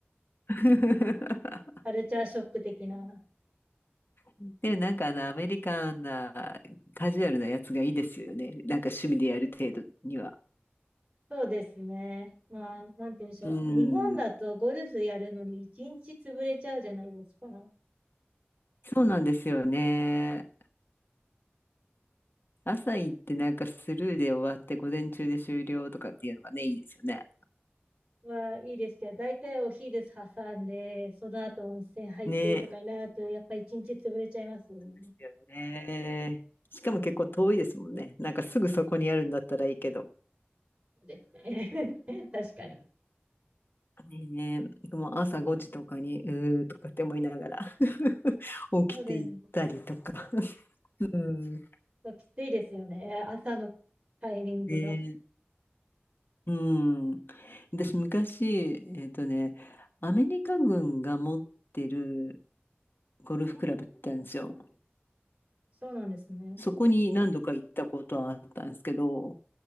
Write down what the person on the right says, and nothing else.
カルチャーショック的な。
そうですね。まあ、なんて言うんでしょう。
日本だとゴルフやるのに一日潰れちゃうじゃないですか。
はいいですけど、大体お昼挟んで、その後温泉入ってとかになると、
やっぱ一日潰れちゃいますよね。
そうですね。<laughs> 確かに。
そうですね。
そうきついですよね。朝のタイミングだと。
そうなんですね。